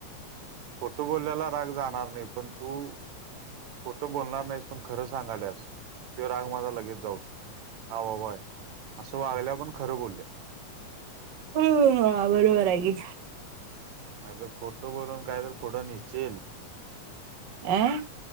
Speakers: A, on the right (about 75°); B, on the right (about 50°).
A: खोटं बोकलेला राग जाणार नाही, पण तू खोठं बोलणार नाहीस पण खरं सांगाल्यास तो राग माझा लगेच जाऊ शकतोय. हा बाबा, असं वागल्या पण खरं बोलल्या
B: हम बरोबर हाय की.
A: नाही तर खोट बोलून काय तर फूड नेशील
B: <unintelligible>